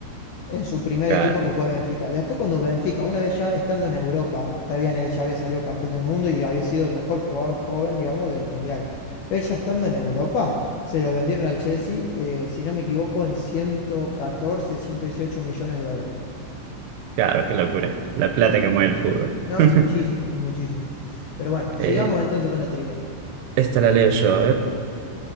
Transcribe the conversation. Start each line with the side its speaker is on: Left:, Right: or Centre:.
Left: en su primer
Right: Claro,
Left: equipo que fue Benfica. Después cuando Benfica, una vez ya estando en Europa, está bien, él ya había salido campeón del mundo y había sido el mejor jugador joven, digamos, del Mundial. Él ya estando en Europa, se lo vendieron al Chelsea, eh, si no me equivoco, en ciento catorce ciento dieciocho millones de dólares.
Right: claro, qué locura. La plata que mueve el fútbol.
Left: No,
Right: <laughs>
Left: es muchísimo, es muchísimo. Pero bueno, sigamos
Right: Eh,
Left: entonces con la trivia.
Right: esta la leo yo. a ver.